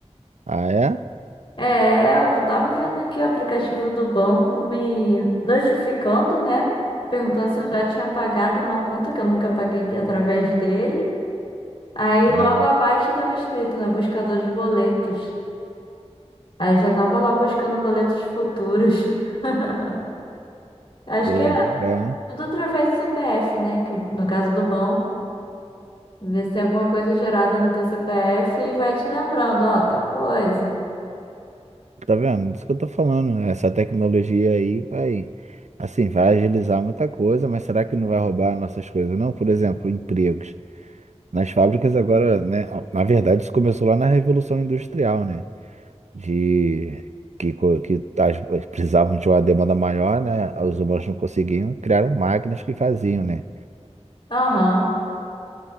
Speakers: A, on the right; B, on the left.
A: Ah, é?
B: É, eu tava vendo aqui o aplicativo do banco me notificando, né? Perguntando se eu já tinha pagado uma conta que eu nunca paguei através dele. Aí
A: Ah,
B: logo abaixo tava escrito, né? Buscador de boletos. Aí já tava lá buscando boletos futuros. <laughs> Acho
A: pô,
B: que é
A: legal.
B: tudo através do CPF, né? Que no caso do banco, vê se tem alguma coisa gerada no teu CPF e vai te lembrando, ó, tal coisa.
A: Tá vendo? Isso que eu tô falando. né? Essa tecnologia aí vai, assim, vai agilizar muita coisa, mas será que não vai roubar nossas coisas, não? Por exemplo, empregos. Nas fábricas agora, né? Na verdade, isso começou lá na Revolução Industrial, né? de que, co- que as, as- precisavam de uma demanda maior, né? Os humanos não conseguiam, criaram máquinas que faziam, né?
B: Aham,